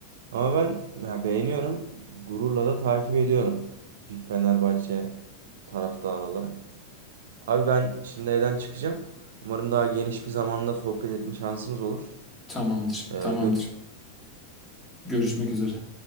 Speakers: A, on the right; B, in the centre.
A: Ama ben ya, beğeniyorum. Gururla da takip ediyorum. Bir Fenerbahçe taraftarı olarak. Abi ben şimdi evden çıkacağım. Umarım daha geniş bir zamanda sohbet etme şansımız olur.
B: Tamamdır,
A: E,
B: tamamdır.
A: görüşürüz.
B: Görüşmek üzere.